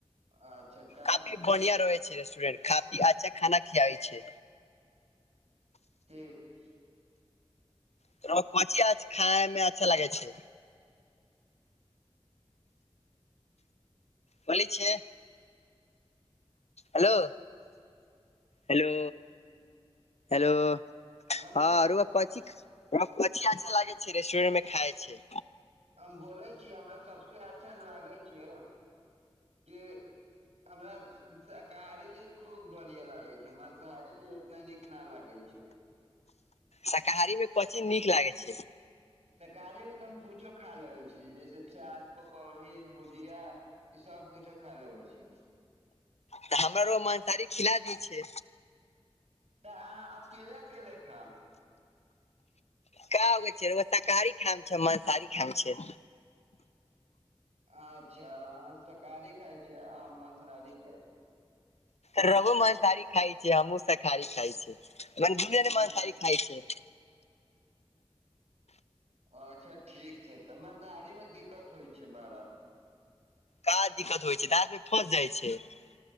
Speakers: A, on the right (about 90°); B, on the left (about 85°).
A: अच्छा काहे
B: काफी
A: न
B: बढ़िया रहै छै रेस्टोरेंट काफी अच्छा खाना खियाै छै
A: एक
B: त कची आज खाय मे अच्छा लागै छै बली छै हेलो हेलो हेलो
A: हेलो
B: हँ अरु कहच <unintelligible> कथि अच्छा लागे छै रेस्टोरेंट में खाय छै
A: हम बोलै छीयै हमरा सबसे अच्छा लागै छै क हमरा शाकाहरी चीज खूब- बढ़िआ लागैत छैक मंसाहारी चीज ओतना नीक न लागैत छैक
B: शाकाहारी मे कथि नीक लागैत छैक।
A: तरकारी मे तऽ हम कुछो खा लेबै छी जैसे चाट पकौड़ी भुजिया सब कुछो खा लेबैत छी
B: तऽ हमरा मांसाहारी खिला दैत छै
A: तऽ अहाँ अकेले अकेले खाउ
B: का होगै छै शाकाहारी खाय छै मांसाहारी खाय छै
A: अच्छा शाकाहारी खाय छ आ माँसाहारी खाय छै
B: रहुआ मांसाहारी खाय छियैक हम सक खारी खाय छै मने दुनि <inaudible> या
A: नीक
B: मन सारी खाय छै
A: अच्छा ठीक छै तऽ मांसाहारीमे दिक्कत होइ छै बड़ा
B: काज दिक्कत होइ छै दांतमे फँस जाइत छैक